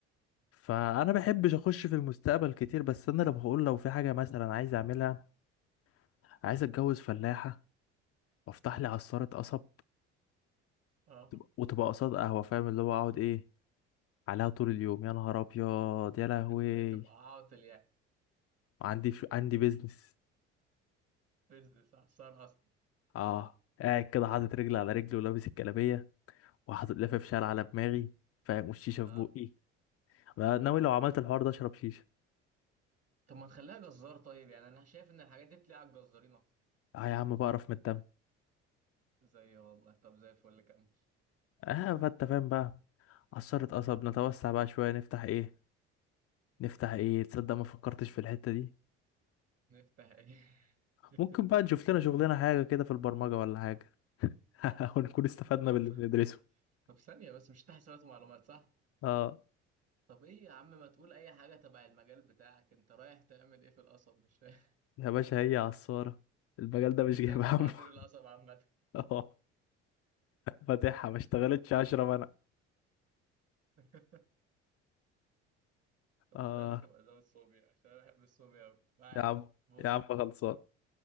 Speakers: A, on the left; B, on the right.
A: فأنا بحبش أخش في المستقبل كتير بس أنا لو بقول لو في حاجة مثلا عايز أعملها عايز أتجوز فلاحة وأفتح لي عصارة قصب
B: اه
A: وتبقى وتبقى قصاد قهوة فاهم اللي هو أقعد إيه عليها طول اليوم يا نهار أبيض يا لهوي
B: إت- تبقى عاطل يعني
A: عندي ف... عندي بيزنس
B: بيزنس خسارة اصلا
A: آه قاعد كده حاطط رجل على رجل ولابس الجلابية وحاطط لفة شال على دماغي فاهم والشيشة
B: اه
A: في بقي أنا ناوي
B: اه
A: لو عملت الحوار ده أشرب شيشة
B: طب ما تخليها جزار طيب يعني انا شايف ان الحاجات دي بتلاقي على الجزارين اكتر
A: اه يا عم بقرف من الدم
B: زي والله طب زي الفل كمل
A: اه فانت فاهم بقى عصارة قصب نتوسع بقى شوية نفتح ايه نفتح ايه تصدق ما فكرتش في الحتة دي
B: نفتح ايه <laughs>
A: ممكن بقى نشوف لنا شغلنا حاجة كده في البرمجة ولا حاجة <laughs> ونكون استفدنا
B: طب
A: باللي بندرسه
B: طب ثانيه بس مش تحت حسابات ومعلومات صح
A: اه
B: طب ايه يا عم ما تقول اي حاجة تبع المجال بتاعك انت رايح تعمل ايه في القصب مش فاهم
A: يا باشا هي عصارة المجال
B: <laughs>
A: ده مش
B: انت
A: جايب
B: بتحب
A: همه
B: عصير القصب عامة
A: <laughs> اه فاتحها ما اشتغلتش عشرة منع
B: <laughs> طب
A: اه
B: بالله عليك ابقى زود صوبيا عشان انا بحب الصوبيا قوي ما علينا
A: يا عم
B: بص
A: يا عم خلصان